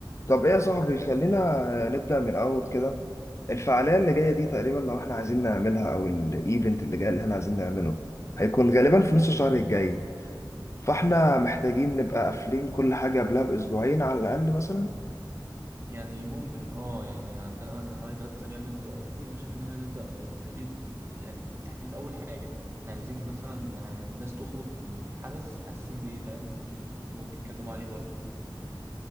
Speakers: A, on the left; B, on the right.
A: طب ايه يا صاحبي خلينا نبدأ من اول كده الفعالية اللي جاية دي تقريبا لو احنا عايزين نعملها او الايفنت اللي جاي اللي احنا عايزين نعمله هيكون غالبا في نص الشهر الجاي فاحنا محتاجين نبقى قافلين كل حاجة قبلها باسبوعين على الاقل مثلا
B: يعني ممكن اه يعني عندنا مثلا حوالي ثلاث اسابيع من دلوقتي انا شايف ان احنا نبدا بتهديد يعني تحديد اول حاجه احنا عايزين مثلا ع- الناس تخرج من الحدث حاسين بايه فاهم يعني يكونوا بيتكلموا عليه برضه